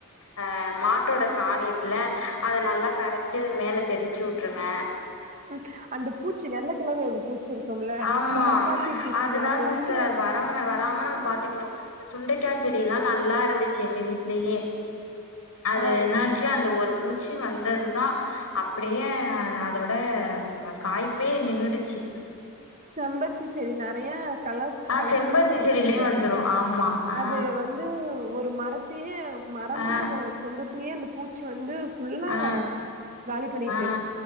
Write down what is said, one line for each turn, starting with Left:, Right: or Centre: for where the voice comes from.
Left: ஆ மாட்டோட சாணி இருக்குல அத நல்லா கரச்சு அது மேல தெரிச்சு விட்டுருங்க
Right: ம் அந்த பூச்சி வெள்ள கலர் ஒரு பூச்சி இருக்கும்ல
Left: ஆமா
Right: சப்பாத்தி பூச்சிங்க
Left: அதுதா
Right: அது
Left: சிஸ்டர்
Right: ரொம்ப
Left: அது வரம்னு வராம நம் பாத்துக்கணு இந்த சுண்டைக்கா செடி எல்லா நல்லா இருந்துச்சு எங்க வீட்லயே அது
Right: ஆ
Left: என்னாச்சு அந்த ஒரு பூச்சி வந்ததுதா அப்டியே அதோட காய்ப்பே நின்னுடுச்சு
Right: செம்பருத்தி செடி நெறைய கலர்ஸ்
Left: ஆ
Right: கலெக்ட்
Left: செம்பருத்தி
Right: பண்ணி வச்சிருந்த
Left: செடிலயு வந்துரு ஆமா ஆ
Right: அது வந்து ஒரு மரத் தையே மரமா
Left: ஆ
Right: இருந்த செம்பருத்தியே அந்த பூச்சி வந்து ஃபுல்லா
Left: ஆ
Right: காலி பண்ணிட்டு
Left: ஆ